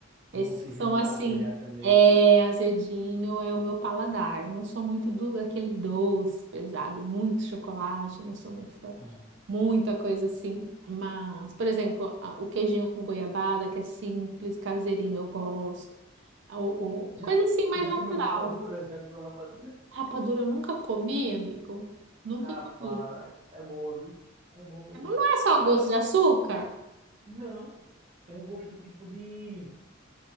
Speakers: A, on the right; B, on the right.
A: Moussezinho
B: Esses que são
A: de maracujá
B: assim,
A: também.
B: é azedinho, é o meu paladar. Eu não sou muito do daquele doce pesado, muito chocolate, eu não sou muito fã
A: Ah,
B: muita coisa assim. Mas, por exemplo, a- o queijinho com goiabada, que é simples, caseirinho, eu gosto. O,
A: Já,
B: o- coisa assim mais
A: já
B: natural.
A: comeu rapadura? Já comeu rapadura?
B: Rapadura eu nunca comi, amigo. Nunca
A: rapaz,
B: comi.
A: é boa, viu? É bom mesmo.
B: Mas Não é
A: Só
B: só gosto
A: é...
B: de açúcar?
A: Não. Tem um gosto tipo de...